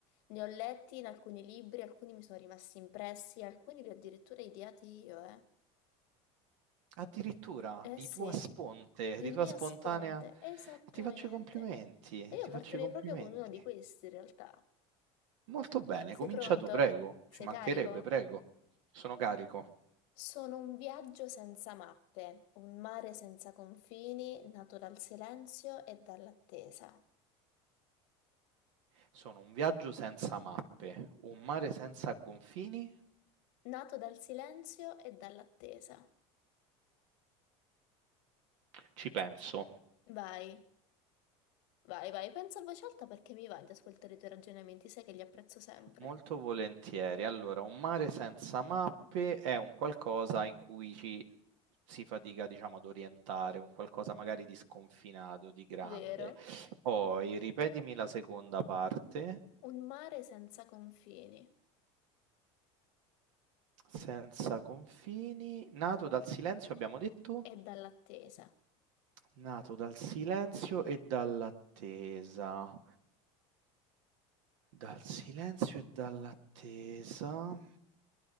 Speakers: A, on the left; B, on the right.
A: ne ho letti in alcuni libri, alcuni mi sono rimasti impressi, alcuni li ho addirittura ideati io, eh.
B: Addirittura
A: Eh
B: di
A: sì,
B: tua sponte,
A: di
B: di
A: Mia
B: tua spontanea.
A: Sponte, esattamente.
B: Ti faccio i complimenti,
A: E io
B: ti
A: partirei
B: faccio i complimenti.
A: proprio con uno di questi, in realtà.
B: Molto bene,
A: Sei
B: comincia
A: pronto?
B: tu, prego.
A: Sei
B: Ci mancherebbe,
A: carico?
B: prego. Sono carico.
A: Sono un viaggio senza mappe, un mare senza confini, nato dal silenzio e dall'attesa.
B: Sono un viaggio senza mappe, un mare senza confini?
A: Nato dal silenzio e dall'attesa.
B: Ci penso.
A: Vai, vai, vai, pensa a voce alta perché mi va di ascoltare i tuoi ragionamenti, sai che li apprezzo sempre.
B: Molto volentieri. Allora, un mare senza mappe è un qualcosa in cui ci si fatica, diciamo, ad orientare, un qualcosa magari di sconfinato, di grande.
A: Vero?
B: Poi, ripetimi la seconda parte.
A: Un mare senza confini
B: Senza confini, nato dal silenzio, abbiamo detto?
A: e dall'attesa.
B: Nato dal silenzio e dall'attesa. Dal silenzio e dall'attesa.